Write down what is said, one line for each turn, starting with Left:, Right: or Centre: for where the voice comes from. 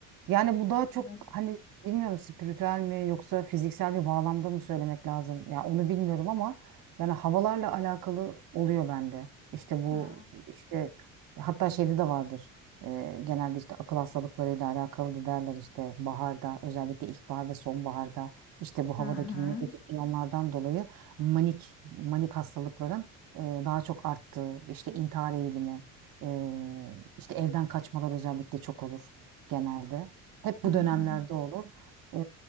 Right: Yani bu daha çok
Left: nasıl
Right: hani bilmiyorum spiritüel mi yoksa fiziksel bir bağlamda mı söylemek lazım? Ya onu bilmiyorum ama yani havalarla alakalı oluyor bende. İşte bu
Left: Hı
Right: işte hatta şeyde de vardır. Ee, genelde işte akıl hastalıklarıyla alakalı da derler işte baharda özellikle ilkbahar ve sonbaharda işte bu
Left: hı
Right: havadaki
Left: hı hı.
Right: negatif iyonlardan dolayı manik manik hastalıkların e, daha çok arttığı işte intihar eğilimi e, işte evden kaçmalar özellikle çok olur genelde. Hep bu
Left: hı hı.
Right: dönemlerde olur. Ee,